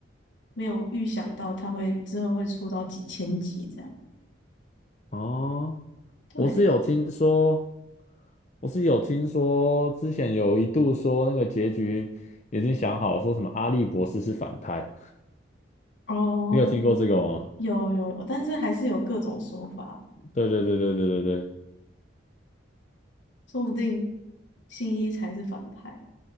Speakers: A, on the left; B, on the left.
A: 没有预想到他会之后会出到几千集这样。
B: 哦，
A: 对，
B: 我是有听说，我是有听说，之前有一度说那个结局已经想好，说什么阿笠博士是反派，
A: 哦，
B: 你有听过这个吗？
A: 有有有，但是还是有各种说法，
B: 对对对对对对对，
A: 说不定新一才是反派。